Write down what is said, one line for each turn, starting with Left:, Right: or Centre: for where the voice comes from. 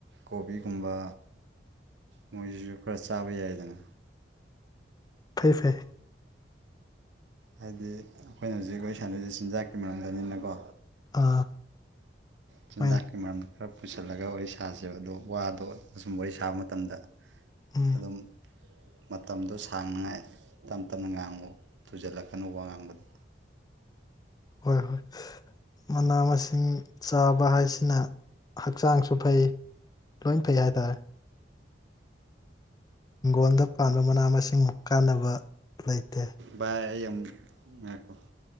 Right: ꯀꯣꯕꯤꯒꯨꯝꯕ ꯃꯣꯏꯁꯤꯁꯨ ꯈꯔ ꯆꯥꯕ ꯌꯥꯏꯗꯅ
Left: ꯐꯩ ꯐꯩ
Right: ꯍꯥꯏꯗꯤ ꯑꯩꯈꯣꯏꯅ ꯍꯧꯖꯤꯛ ꯋꯥꯔꯤ ꯁꯥꯟꯅꯔꯤꯁꯤ ꯆꯤꯟꯖꯥꯛꯀꯤ ꯃꯔꯝꯗꯅꯤꯅꯀꯣ
Left: ꯑꯥ
Right: ꯆꯤꯟꯖꯥꯛꯀꯤ
Left: ꯍꯣꯏ
Right: ꯃꯔꯝ ꯈꯔ ꯄꯨꯁꯜꯂꯒ ꯋꯥꯔꯤ ꯁꯥꯁꯦꯕ ꯑꯗꯣ ꯋꯥꯗꯣ ꯑꯁꯨꯝ ꯋꯥꯔꯤ ꯁꯥꯕ ꯃꯇꯝꯗ
Left: ꯎꯝ
Right: ꯑꯗꯨꯝ ꯃꯇꯝꯗꯣ ꯁꯥꯡꯅꯉꯥꯏ ꯇꯞ ꯇꯞꯅ ꯉꯥꯡꯉ‌ꯣ ꯊꯨꯖꯤꯜꯂꯛꯀꯅ‌ꯣ ꯋꯥ ꯉꯥꯡꯕꯗꯣ
Left: ꯍꯣꯏ ꯍꯣꯏ ꯃꯅꯥ ꯃꯁꯤꯡ ꯆꯥꯕ ꯍꯥꯏꯁꯤꯅ ꯍꯛꯆꯥꯡꯁꯨ ꯐꯩ ꯂꯣꯏ ꯐꯩ ꯍꯥꯏꯇꯥꯔꯦ ꯍꯤꯡꯒꯣꯜꯗ ꯄꯥꯟꯕ ꯃꯅꯥ ꯃꯁꯤꯡꯃꯨꯛ ꯀꯥꯟꯅꯕ ꯂꯩꯇꯦ
Right: ꯚꯥꯏ ꯑꯩ ꯑꯃꯨꯛ ꯉꯥꯏꯈꯣ